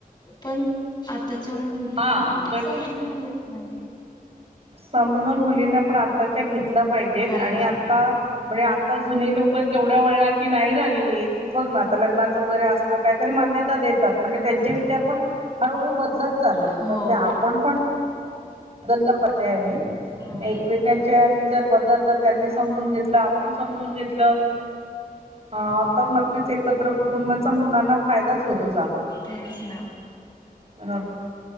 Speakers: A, on the left; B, on the right.
A: पण त्याच्या मुली
B: हा इकड
A: समजून घेत नाही
B: समजून मुलींना पण आताच्या घेतलं पाहिजेत
A: पाहिजे
B: आणि आता म्हणजे ता जुनी लोक तेवढ वळणाची नाही रालेली की बघ ना आता लग्नाच वगैरे अस का तरी मान्य देतात म्हणजे त्यां विचार पण हळूहळू बदलत चालले
A: हो
B: तर ते आपण पण बदललं पाहिजे
A: हो
B: एकमेकांच्या जर बदललं त्यांनी समजून घेतलं समजून घेतलं हा
A: हो
B: तर नक्कीच एकत्र कुटुंबाच्या मुलांना फायदाच होतो
A: तेच ना
B: ह